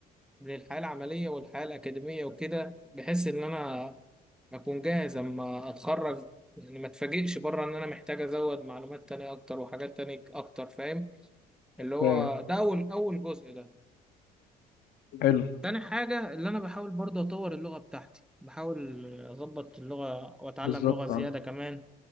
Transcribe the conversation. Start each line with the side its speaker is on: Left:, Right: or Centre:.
Centre: بين الحياة العملية والحياة الأكاديمية وكده بحيث إن أنا اكون جاهز اما اتخرج يعني ما اتفاجئش بره ان انا محتاج ازود معلومات تانية اكتر وحاجات تانية اكتر فاهم اللي هو
Left: فاهم
Centre: ده اول اول جزء ده
Left: حلو
Centre: تاني حاجة اللي انا بحاول برضه اطور اللغة بتاعتي بحاول اظبط اللغة واتعلم
Left: بالظبط
Centre: لغة زيادة
Left: عم.
Centre: كمان